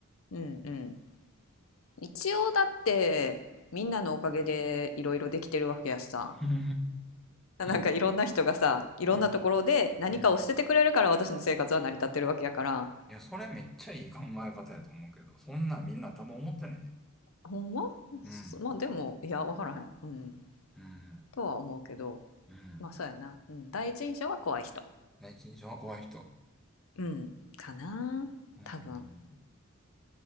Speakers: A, on the left; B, in the centre.
A: うんうん。一応だって、みんなのおかげでいろいろできてるわけやしさ。
B: うん、
A: なんかいろんな人がさ、
B: うん、
A: いろんなところで何かを捨ててくれるから私の生活は成り立ってるわけやから。
B: うん。うんいや、それめっちゃいい考え方やと思うけど、そんなんみんな多分思ってないで。
A: ほんまそまあでも、
B: うん、
A: いや、わからへん。うん。
B: うん、
A: とは思うけど、
B: うん。
A: まあそうやな。うん。第一印象は怖い人。
B: 第一印象は怖い人。
A: うん。かな。
B: うん、
A: 多分。